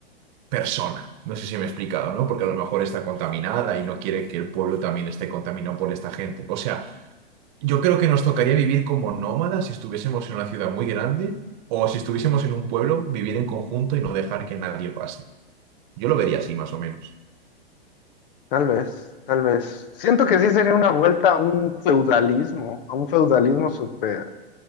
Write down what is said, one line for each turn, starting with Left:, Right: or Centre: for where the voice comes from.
Right: persona. No sé si me he explicado, ¿no? Porque a lo mejor está contaminada y no quiere que el pueblo también esté contaminado por esta gente. O sea, yo creo que nos tocaría vivir como nómadas si estuviésemos en una ciudad muy grande o si estuviésemos en un pueblo, vivir en conjunto y no dejar que nadie pase. Yo lo vería así, más o menos.
Left: Tal vez, tal vez. Siento que sí sería una vuelta a un feudalismo, a un feudalismo súper